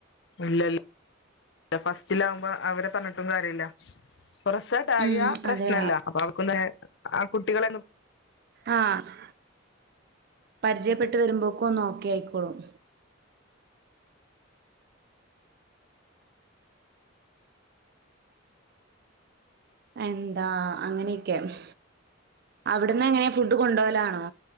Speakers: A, on the left; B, on the right.
A: ഇല്ല ഫസ്റ്റിലാവുമ്പോ അവര് പറഞ്ഞിട്ടും കാര്യല്ല <unintelligible> <unintelligible>
B: ഉം
A: പ്രശ്നമല്ല
B: അതെ
A: അപ്പൊ അവർക്ക് ആ കുട്ടികള
B: ആഹ് പരിചയപ്പെട്ട് വരുമ്പോക്ക ഒന്ന് ഓക്കെ ആയിക്കോളും എന്താ അങ്ങനെയെക്കെയാണ് അവിടുന്ന് എങ്ങനെയാണ് ഫുഡ് കൊണ്ടോവലാണോ